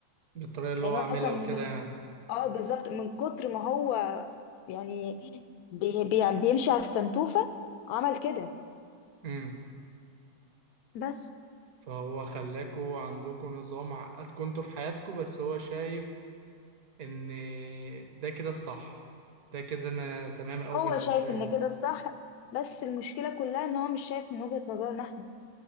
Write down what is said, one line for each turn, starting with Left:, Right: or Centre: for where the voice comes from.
Right: بالطريقة اللي
Left: يعني
Right: هو
Left: هو
Right: عاملها
Left: كان
Right: وكده يعني
Left: اه بالظبط من كتر ما هو يعني بي بي يعني بيمشي على السنتوفة عمل كده
Right: أمم.
Left: بس
Right: فهو خلاكوا عندكوا نظام عقدكوا انتوا في حياتكوا بس هو شايف إن ده كده الصح ده كده أنا تمام أوي
Left: هو
Right: بالنسبة
Left: شايف ان
Right: لي
Left: كده الصح بس المشكلة كلها ان هو مش شايف من وجهة نظرنا احنا